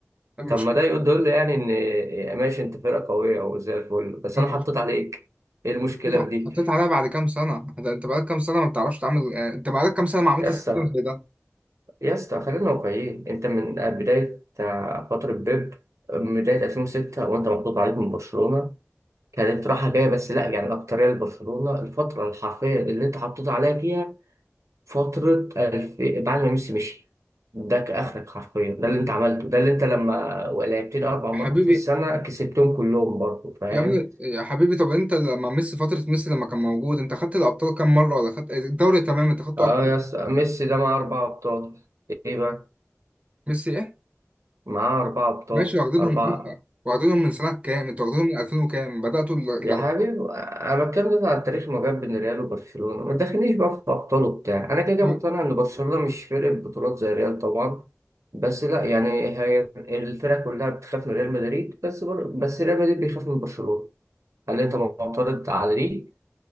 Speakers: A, on the right; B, on the right.
A: المشكله
B: طب ما ده يقول ده يقول لي يعني ان ماشي انت فرقه قويه وزي الفل بس
A: المشكله
B: انا حطيت عليك ايه المشكله
A: حطيت
B: في دي
A: حطيت عليها بعد كام سنه انت أنت بقالك كام سنه ما بتعرفش تعمل يعني انت بقالك كام سنه ما عملتش
B: يا اسطى
A: سيستم زي ده
B: يا اسطى خلينا واقعيين انت من بداية آه، فترة بيب من بداية 2006 وانت محطوط عليك من برشلونة كانت راحة جاية بس لا يعني الأكترية لبرشلونة الفترة الحرفية اللي انت حطيت عليها فيها فترة الف... بعد ما ميسي مشي ده كآخرك حرفيا ده اللي انت عملته ده اللي انت لما لعبتني أربع مرات
A: يا حبيبي
B: في السنة كسبتهم كلهم برضه فاهم
A: يا ابني يا حبيبي طب انت لما ميسي فترة ميسي لما كان موجود انت خدت الابطال كام مرة ولا خدت الدوري تمام انت خدته
B: اه
A: اكتر
B: يا اسطى ميسي ده معاه أربع أبطال ايه بقى
A: ميسي ايه
B: معاه أربع أبطال
A: ماشي واخدينهم
B: أربعة
A: امتى واخدينهم من سنة كام انت واخدينهم من 2000 وكام بدأتوا ال- الاربعة
B: يا حبيبي انا بتكلم دلوقتي عن تاريخ ما بين ريال وبرشلونه ما تدخلنيش بقى في ابطال وبتاع انا كده كده
A: طب-
B: مقتنع ان برشلونه مش فرقه بطولات زي ريال طبعا بس لا يعني هي الفرقه كلها بتخاف من ريال مدريد بس بر... بس ريال مدريد بيخاف من برشلونه هل انت معترض على دي